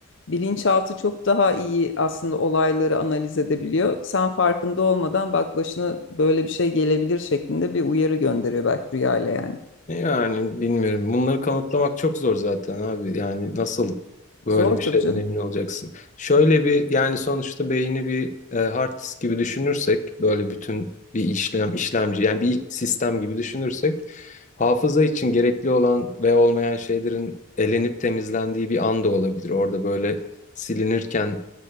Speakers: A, on the left; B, on the left.
A: bilinçaltı çok daha iyi aslında olayları analiz edebiliyor. Sen farkında olmadan bak başına böyle bir şey gelebilir şeklinde bir uyarı gönderiyor belki rüyayla yani.
B: Yani bilmiyorum. Bunları kanıtlamak çok zor zaten abi. Yani nasıl böyle
A: Zor
B: bir
A: tabii
B: şeyden
A: canım.
B: emin olacaksın? Şöyle bir yani sonuçta beyni bir e, hard disk gibi düşünürsek böyle bütün bir işlem işlemci yani bir sistem gibi düşünürsek hafıza için gerekli olan ve olmayan şeylerin elenip temizlendiği bir an da olabilir. Orada böyle silinirken